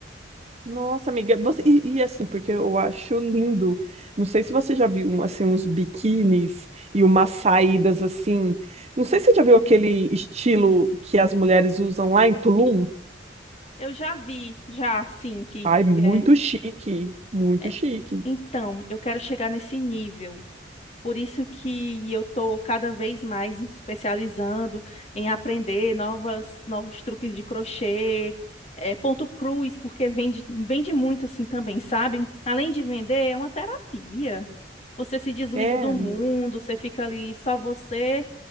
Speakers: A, on the right; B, on the left.
A: Nossa, amiga, você e, e, assim, porque eu acho lindo. Não sei se você já viu um, assim uns biquínis e umas saídas assim. Não sei se você já viu aquele estilo que as mulheres usam lá em Tulum.
B: Eu já vi, já, assim, que,
A: Ai,
B: que
A: muito
B: é.
A: chique, muito
B: é.
A: chique.
B: Então, eu quero chegar nesse nível. Por isso que eu estou cada vez mais me especializando em aprender novas, novos truques de crochê, é, ponto cruz, porque vende, vende muito assim também, sabe? Além de vender, é uma terapia. Você se desliga
A: É,
B: do mundo, você fica ali só você